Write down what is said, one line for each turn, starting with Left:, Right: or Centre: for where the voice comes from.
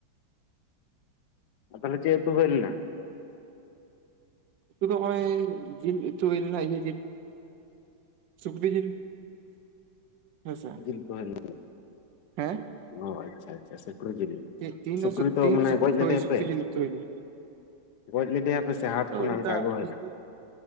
Left: ᱟ ᱛᱟᱞᱦᱮ ᱪᱮᱜ ᱩᱛᱩ ᱦᱩᱭᱞᱮᱱᱟ?
Right: ᱩᱛᱩ ᱫᱚ ᱠᱚᱭᱼᱚᱭ ᱡᱤᱱ ᱩᱛᱩ ᱦᱩᱭᱞᱮᱱᱟ ᱤᱭᱟᱹ ᱡᱤᱞ᱾ ᱥᱩᱠᱨᱤ ᱡᱤᱞ, ᱦᱮᱸ ᱥᱮ
Left: ᱡᱤᱞ ᱠᱚ ᱦᱩᱭ ᱞᱮᱱᱟ <unintelligible>
Right: ᱦᱮᱸ?
Left: ᱚ ᱟᱪᱪᱷᱟ ᱟᱪᱪᱷᱟ ᱥᱩᱠᱨᱤ ᱡᱤᱞ?
Right: ᱛᱮᱜ ᱛᱤᱧ
Left: ᱥᱩᱠᱨᱤ
Right: ᱫᱚ ᱥᱩᱜ ᱛᱤᱧ
Left: ᱢᱟᱱᱮ
Right: ᱫᱚ ᱥᱩᱜ
Left: ᱜᱚᱡ ᱞᱮᱫᱮᱭᱟᱯᱮ
Right: ᱦᱳᱛ ᱥᱩᱠᱨᱤ ᱛᱩ ᱦᱩᱭ ᱠᱟᱱᱟ᱾
Left: ᱜᱚᱡ ᱞᱮᱫᱮᱭᱟᱯᱮ? ᱥᱮ ᱦᱟᱴ ᱠᱷᱚᱱᱟᱜ
Right: ᱚᱱᱠᱟ
Left: ᱚᱝᱠᱟ ᱟᱹᱜᱩ ᱦᱩᱭᱱᱟ᱾
Right: ᱛᱤᱦᱤᱧ ᱫᱚ